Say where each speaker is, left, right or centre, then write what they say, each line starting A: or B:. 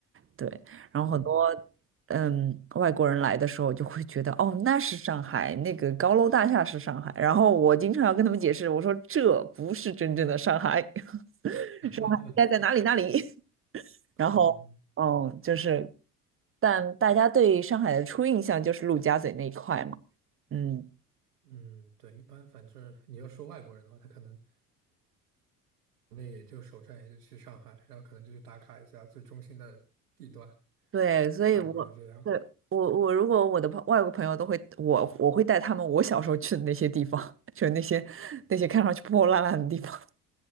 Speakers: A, on the right (about 30°); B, on the right (about 80°).
A: 对。然后很多
B: 嗯
A: 嗯外国人来的时候就会觉得，哦，那是上海，那个高楼大厦是上海。然后我经常要跟他们解释，我说这不是真正的上海，<laughs>
B: <laughs>
A: 上海应该在哪里哪里。
B: 嗯
A: 然后，嗯，就是，但大家对上海的初印象就是陆家嘴那一块嘛，嗯，
B: 嗯，对，一般反正你要说外国人的话，他可能那也就首站也就去上海，然后可能就去打卡一下最中心的地段，
A: 对，所以我对我我如果我的朋外国朋友都会，
B: 差不多就这样。
A: 我我会带他们我小时候去的那些地方，<laughs> 就是那些那些看上去破破烂烂的地方。<laughs>